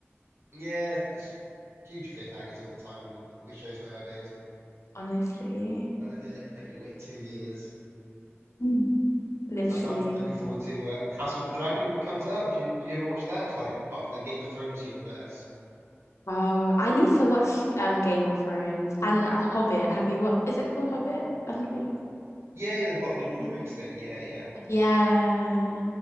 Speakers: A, on the right; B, on the left.
A: Yeah, it's huge cliffhangers all the time with with shows nowadays.
B: honestly.
A: And then they let, let you wait two years.
B: Mm. Literally.
A: It's like I'm looking forward to uh, House of the Dragon when it comes out. Do you do you ever watch that? It's like part of the Game of Thrones universe.
B: Oh, I need to watch um Game of Thrones and Hobbit. Have you what is it called Hobbit? I'm pretty sure. it's
A: Yeah, yeah, the part of the Lord
B: called
A: of the Rings thing. Yeah, yeah.
B: Hobbit. Yeah.